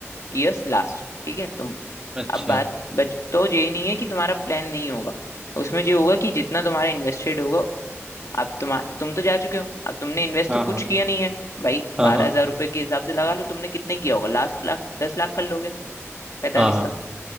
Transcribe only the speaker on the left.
years last ठीक है तुम
अब बात बच तो ये नहीं है कि तुम्हारा प्लान नहीं होगा उसमें जो होगा कि जितना तुम्हारा इन्वेस्टेड होगा अब तुम तुम तो जा चुके हो अब तुमने इन्वेस्ट
तो कुछ
किया नहीं है भाई
बारह
हजार रुपए के हिसाब से लगा लो तुमने कितने किया होगा लास्ट लाख दस लाख कर लोगे पैंतालीस
तक